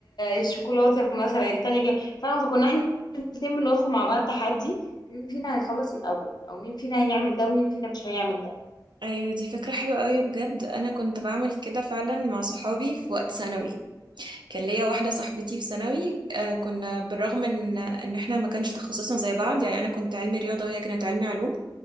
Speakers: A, on the left; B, on the right.
A: آه، شوكولاته مثلا التانية جاي فاهمه فكنا احنا الاثنين بندخل مع بعض تحدي مين فينا هيخلص الاول او مين فينا هيعمل ده ومين فينا مش هيعمل ده
B: ايوه دي فكرة حلوة قوي بجد انا كنت بعمل كده فعلا مع صحابي في وقت ثانوي كان ليا واحدة صاحبتي في ثانوي آه، كنا بالرغم ان ان احنا ما كانش تخصصنا زي بعض يعني انا كنت علمي رياضة وهي كانت علمي علوم